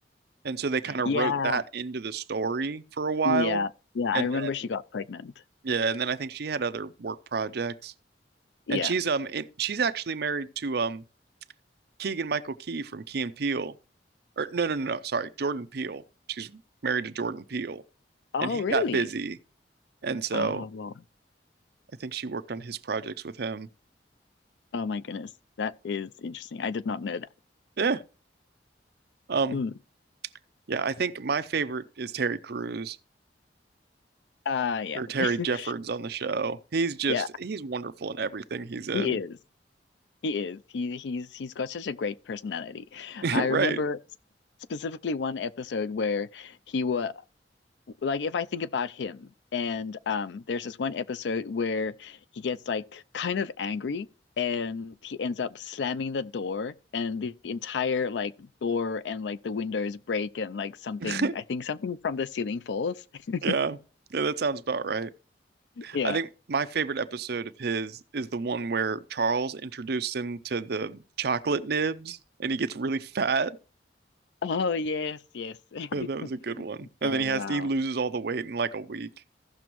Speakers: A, on the right (about 65°); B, on the left (about 80°).
A: And so they kind of
B: yeah,
A: wrote that into the story for a while.
B: yeah, yeah.
A: And
B: I remember
A: then
B: she got pregnant.
A: Yeah, and then I think she had other work projects.
B: Yeah.
A: And she's um in, she's actually married to um Keegan Michael Key from Key and Peele. Or no, no, no, no, sorry, Jordan Peele. She's married to Jordan Peele.
B: Oh,
A: And he
B: really?
A: got busy. And so
B: Oh, well,
A: I think she worked on his projects with him.
B: oh my goodness. That is interesting. I did not know that.
A: Yeah. Um
B: Hmm.
A: yeah, I think my favorite is Terry Crews
B: Uh, yeah.
A: or Terry
B: <laughs>
A: Jeffords on the show. He's just
B: Yeah,
A: he's wonderful in everything he's in.
B: he is. He is. He he's he's got such a great personality.
A: <laughs>
B: I remember
A: Right.
B: s- specifically one episode where he was like if I think about him, and um, there's this one episode where he gets like kind of angry and he ends up slamming the door and the entire like door and like the windows break and like something
A: <laughs>
B: I think something from the ceiling falls. <laughs>
A: Yeah. Yeah, that sounds about right.
B: Yeah.
A: I think my favorite episode of his is the one where Charles introduced him to the chocolate nibs and he gets really fat.
B: Oh yes, yes. <laughs>
A: Yeah, that was a good one. And
B: Oh
A: then he has
B: wow.
A: to, he loses all the weight in like a week.